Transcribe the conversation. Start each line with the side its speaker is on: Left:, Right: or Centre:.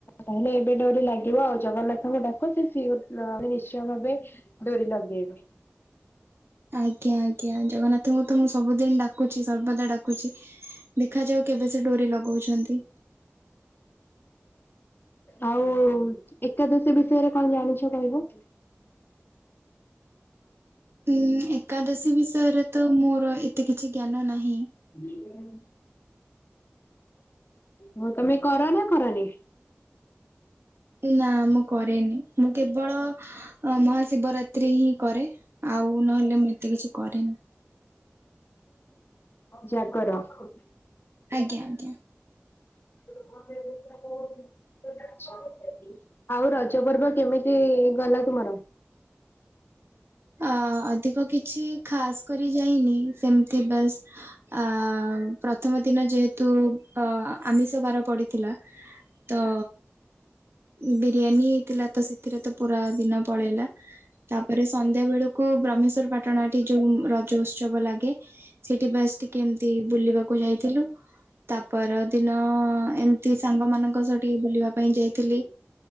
Left: ତାହେଲେ ଏବେ ଡୋରି ଲାଗିବ ଆଉ ଜଗନ୍ନାଥଙ୍କୁ ଡାକ ସେ ସିଅର ଅ ସେ ନିଶ୍ଚୟ ଭାବେ ଡୋ ରି ଲଗେଇବେ
Right: <inaudible> ଆଜ୍ଞା ଆଜ୍ଞା ଜଗନ୍ନାଥଙ୍କୁ ତ ମୁଁ ସବୁଦିନ ଡାକୁଚି ସର୍ବଦା ଡାକୁଛି। ଦେଖାଯାଉ କେବେ ସେ ଡୋରି ଲଗଉଛନ୍ତି।
Left: ଆଉ ଏକାଦଶୀ ବିଷୟରେ କଣ ଜାଣିଛ କହିବ?
Right: <inaudible> ଉଁ ଏକାଦଶୀ ବିଷୟରେ ତ ମୋର ଏତେ କିଛି ଜ୍ଞାନ ନାହିଁ।
Left: ହ <inaudible> ହଁ ତମେ କର ନା କର ନିି।
Right: ନା ମୁଁ କରେନି ମୁଁ କେବଳ ମହାଶିବରାତ୍ରି ହିଁ କରେ ଆଉ ନହେଲେ ମୁଁ ଏତେ କିଛି କରେନି।
Left: ଜାଗର ରଖ
Right: ଆଜ୍ଞା ଆଜ୍ଞା।
Left: <inaudible> ଆଉ ରଜ ପର୍ବ କେମିତି ଗଲା ତୁମର?
Right: ଆ ଅଧିକ କିଛି ଖାସ୍ କରି ଯାଇନି ସେମିତି ବାସ୍ ଆ ପ୍ରଥମ ଦିନ ଯେହେତୁ ଆମିଷ ବାର ପଡ଼ିଥିଲା। ତ ବିରିୟାନୀ ହେଇଥିଲା ତ ସେଥିରେ ତ ପୁରା ଦିନ ପଳେଇଲା ତାପରେ ସନ୍ଧ୍ୟା ବେଳୁ କୁ ବ୍ରହ୍ମେଶ୍ଵର ପାଟଣାଟି ଯୋଉ ରଜ ଉତ୍ସବ ଲାଗେ ସେଠି ବାସ ଟିକେ ଏମିତି ବୁଲିବାକୁ କୁ ଯାଇଥିଲୁ। ତାପର ଦିନ ଏମିତି ସାଙ୍ଗ ମାନଙ୍କ ସହ ଟିକେ ବୁଲିବା ପାଇଁ ଯାଇଥିଲି।